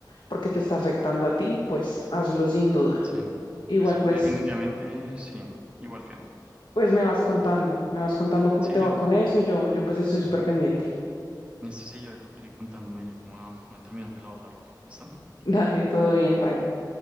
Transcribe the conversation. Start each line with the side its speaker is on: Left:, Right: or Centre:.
Left: porque te está afectando a ti, pues hazlo sin duda.
Right: sí,
Left: Igual
Right: pues
Left: pues,
Right: definitivamente sí, igual que,
Left: pues me vas contando, me vas contando cómo
Right: sí,
Left: te
Right: yo,
Left: va con eso, yo, yo pues estoy
Right: sí,
Left: súper pendiente. <laughs>
Right: listo, sí, yo, yo te iré contando, mire, cómo va a terminar de lavar la ropa, ¿listo?
Left: Dale,
Right: Cuídate.
Left: todo bien, bye.